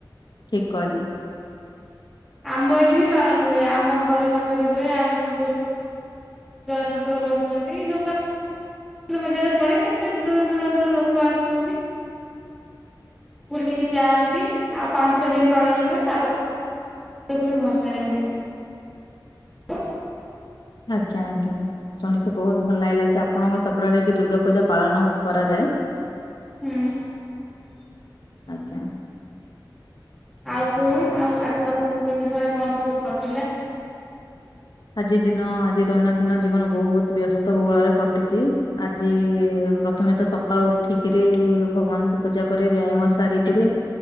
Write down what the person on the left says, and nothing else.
ଠିକ କହିଲେ
ଆଜ୍ଞା ଆଜ୍ଞା ଶୁଣିକି ବହୁତ ଭଲ ଲାଗିଲା କି ଆପଣଙ୍କ ସେପଟାରେ ବି ଦୁର୍ଗା ପୂଜା ପାଳନ କରାଯାଏ ।
ଆଜ୍ଞା ।
ଆଜି ଦିନ ଆଜି ଦୈନଦିନ ଜୀବନ ବହୁତ୍ ବ୍ୟସ୍ତ ବହୁଳରେ କଟିଚ଼ି ଆଜି ପ୍ରଥମେ ତ ସକାଳୁ ଉଠିକିରି ଭଗବାନଙ୍କୁ ପୂଜା କରି ବ୍ୟାୟାମ ସାରିକିରି